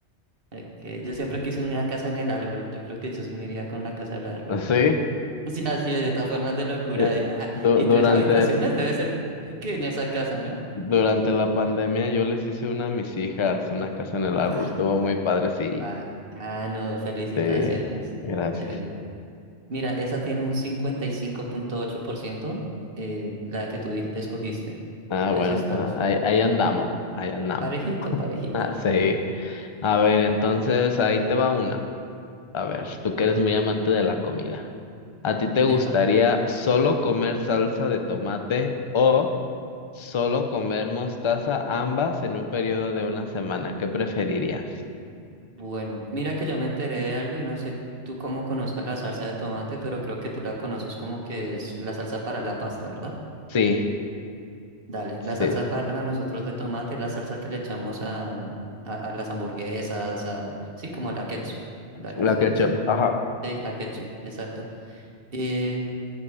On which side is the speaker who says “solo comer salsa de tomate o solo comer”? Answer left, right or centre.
Left